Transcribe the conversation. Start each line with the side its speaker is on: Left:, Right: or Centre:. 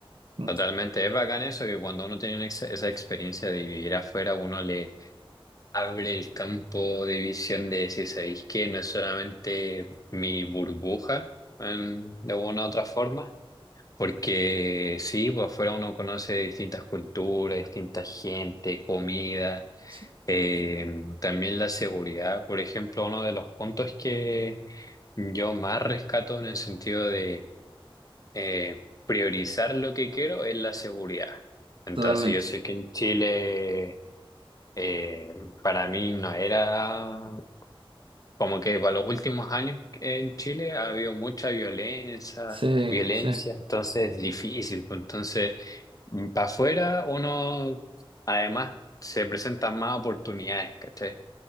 Right: Mm,
Left: Totalmente, es bacán eso, que cuando uno tiene una ex- esa experiencia de vivir afuera, uno le abre el campo de visión de decir, ¿sabéis qué? No es solamente mi burbuja, en- de una u otra forma, porque sí, pues afuera uno conoce distintas culturas, distintas gente, comida,
Right: Sí,
Left: eh, también la seguridad, por ejemplo, uno de los puntos que yo más rescato en el sentido de eh, priorizar lo que quiero es la seguridad. Entonces
Right: totalmente.
Left: yo sé que en Chile eh, para mí no era como que para los últimos años en Chile ha habido mucha violencia,
Right: Sí,
Left: violencia,
Right: sí.
Left: entonces es difícil. pues, Entonces para afuera uno además se presentan más oportunidades, ¿cachai?